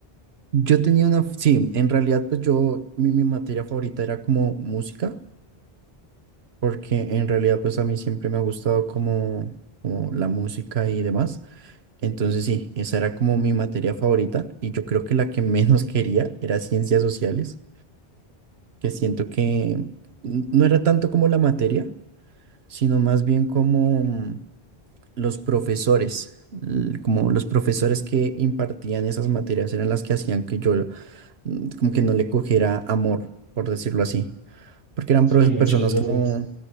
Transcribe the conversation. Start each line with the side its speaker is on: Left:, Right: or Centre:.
Right: Yo tenía una, sí, en realidad pues yo, mi, mi materia favorita era como música, porque en realidad pues a mí siempre me ha gustado como, como la música y demás. Entonces sí, esa era como mi materia favorita y yo creo que la que <laughs> menos quería era ciencias sociales, que siento que n- no era tanto como la materia, sino más bien como mm, los profesores, l- como los profesores que impartían esas materias eran las que hacían que yo mm, como que no le cogiera amor, por decirlo así, porque eran
Left: Sí,
Right: pro-
Left: muchas
Right: personas
Left: veces.
Right: Mm. como